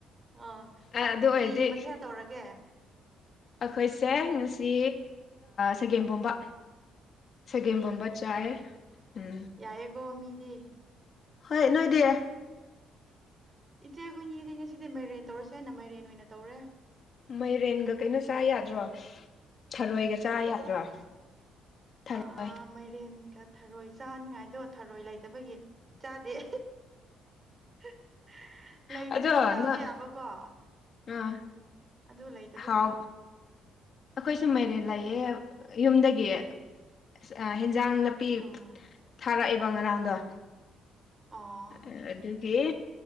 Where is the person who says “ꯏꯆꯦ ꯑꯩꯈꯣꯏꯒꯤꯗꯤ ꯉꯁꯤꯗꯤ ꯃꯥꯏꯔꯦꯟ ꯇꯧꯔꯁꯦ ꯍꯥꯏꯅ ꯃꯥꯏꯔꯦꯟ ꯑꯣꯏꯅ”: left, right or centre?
Right